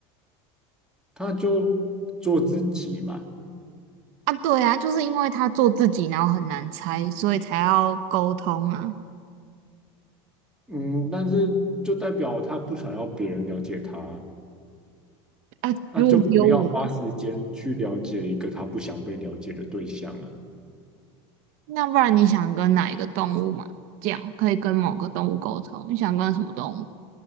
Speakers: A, in the centre; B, on the right.
A: 它就做自己嘛。
B: 啊，对啊，就是因为它做自己，然后很难猜，所以才要沟通啊。
A: 嗯，但是就代表他不想要别人了解他，
B: 啊，
A: 那就不要花时间去了解一个他不想被了解的对象啊。
B: 如果只有我们，那不然你想跟哪一个动物嘛？这样可以跟某个动物沟通，你想跟什么动物？